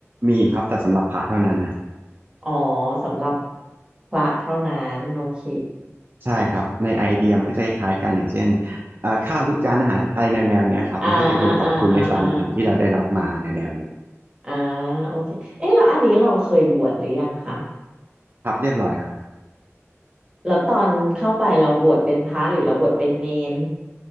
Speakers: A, on the right; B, on the right.
A: มีครับแต่สำหรับพระเท่านั้นนะ
B: อ๋อสำหรับพระเท่านั้นโอเค
A: ใช่ครับในไอเดียมันก็จะคล้ายๆกันอย่างเช่นเอ่อข้าวทุกจานอาหารอะไรแนวๆเนี้ยครับมันก็จะคือขอบคุณในสารอาหารที่เราได้รับมาในแนวนี้
B: อ่าอ่าอ่าอ่าอ่า อ่าโอเคเอ๊ะแล้วอันนี้เราเคยบวชหรือยังคะ
A: ครับเรียบร้อยครับ
B: แล้วตอนเข้าไปเราบวชเป็นพระหรือเราบวชเป็นเนน